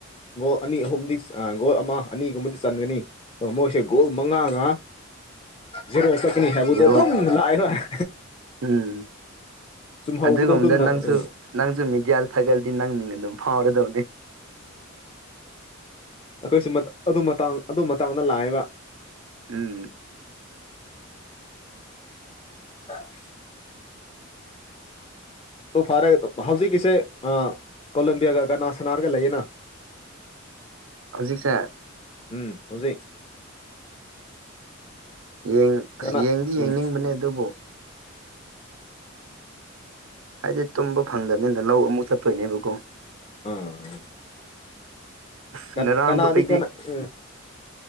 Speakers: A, on the left (about 30°); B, on the right (about 85°).
A: ꯒꯣꯜ ꯑꯅꯤ ꯑꯍꯨꯝꯗꯤ ꯑ ꯒꯣꯜ ꯑꯃ ꯑꯅꯤꯒꯨꯝꯕꯗꯤ ꯆꯟꯒꯅꯤ ꯑꯣ ꯃꯣꯏꯁꯦ ꯒꯣꯜ ꯃꯉꯥꯒ ꯖꯦꯔꯣ ꯆꯠꯀꯅꯤ ꯍꯥꯏꯕꯗꯣ
B: ꯖꯤꯔꯣ
A: ꯗꯨꯝ ꯂꯥꯏꯔꯣꯏ
B: ꯎꯝ
A: ꯆꯨꯝꯍꯧꯕꯗꯣ
B: ꯑꯗꯨꯒꯨꯝꯕꯗ
A: ꯑꯗꯨꯝꯅ
B: ꯅꯪꯁꯨ
A: ꯎꯝ
B: ꯅꯪꯁꯨ ꯃꯦꯗꯤꯌꯥꯗ ꯊꯥꯒꯠꯂꯗꯤ ꯅꯪ ꯃꯤꯡ ꯑꯗꯨꯝ ꯐꯥꯎꯔꯗꯧꯅꯤ
A: ꯑꯈꯣꯏꯁꯨ ꯃꯠ ꯑꯗꯨ ꯃꯇꯥꯡ ꯑꯗꯨ ꯃꯇꯥꯡꯗ ꯂꯥꯛꯑꯦꯕ
B: ꯎꯝ
A: <inaudible> ꯑꯗꯣ ꯐꯔꯦ ꯍꯧꯖꯤꯛꯀꯤꯁꯦ ꯑ ꯀꯣꯂꯝꯕꯤꯌꯥꯒ ꯀꯅꯥ ꯁꯅꯥꯔꯒ ꯂꯩꯌꯦꯅ <inaudible>
B: ꯍꯧꯖꯤꯛꯁꯦ
A: ꯎꯝ ꯍꯧꯖꯤꯛ
B: ꯌꯦꯡ ꯑꯁ
A: ꯀꯅꯥ
B: ꯌꯦꯡꯗꯤ
A: ꯎꯝ
B: ꯌꯦꯡꯅꯤꯡꯕꯅꯦ ꯑꯗꯨꯕꯨ ꯍꯥꯏꯗꯤ ꯇꯨꯝꯕ ꯐꯪꯗꯕꯅꯤꯅ ꯂꯧ ꯑꯃꯨꯛ ꯆꯠꯇꯣꯏꯅꯦꯕꯀꯣ
A: ꯑꯥ
B: ꯑꯁ
A: ꯀꯟ
B: ꯉꯔꯥꯡꯗꯣ
A: ꯀꯅꯥꯗꯤ
B: ꯑꯩꯗꯤ
A: ꯀꯟꯅ ꯍꯪ ꯍꯥ